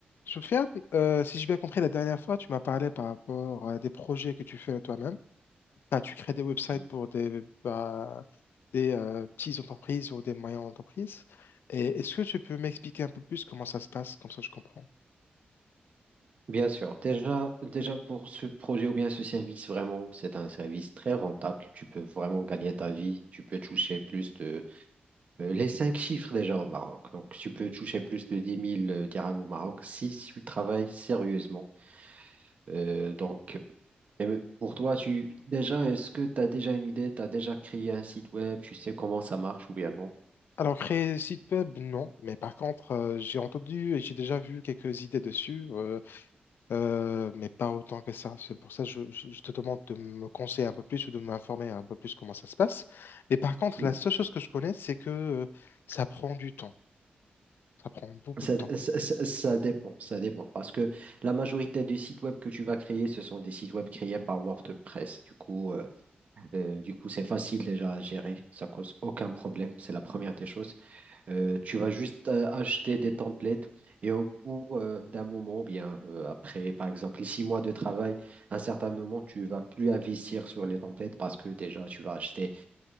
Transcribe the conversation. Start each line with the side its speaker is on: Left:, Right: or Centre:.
Left: Sofiane, euh, si j'ai bien compris la dernière fois, tu m'as parlé par rapport à des projets que tu fais toi-même. Bah, tu crées des websites
Right: Mhm.
Left: pour des, bah, des euh, petites entreprises ou des moyennes entreprises. Et est-ce que tu peux m'expliquer un peu plus comment ça se passe, comme ça je comprends.
Right: Bien sûr. Déjà, déjà pour ce projet ou bien ce service, vraiment, c'est un service très rentable. Tu peux vraiment gagner ta vie. Tu peux toucher plus de Euh, Les cinq chiffres déjà au Maroc. Donc, tu peux toucher plus de dix mille euh, dirhams au Maroc si tu travailles sérieusement. Euh, donc, et me- pour toi, tu déjà, est-ce que tu as déjà une idée? Tu as déjà créé un site web? Tu sais comment ça marche ou bien non?
Left: Alors, créer des sites web, non. Mais par contre, euh, j'ai entendu et j'ai déjà vu quelques idées dessus. Euh, Euh, mais pas autant que ça. C'est pour ça que je, je- je te demande de me conseiller un peu plus ou de m'informer un peu plus comment ça se passe. Mais par contre,
Right: Oui.
Left: la seule chose que je connais, c'est que euh, ça prend du temps. Ça prend beaucoup
Right: Ça,
Left: de temps.
Right: ça- ça- ça dépend, ça dépend. Parce que la majorité des sites web que tu vas créer, ce sont des sites web créés par WordPress. Du coup, euh, Euh, du coup, c'est facile déjà à gérer, ça cause aucun problème, c'est la première des choses. Euh, tu vas juste euh, acheter des templates et au bout euh, d'un moment, bien euh, après, par exemple, les six mois de travail, à un certain moment, tu vas plus investir sur les templates parce que déjà, tu vas acheter.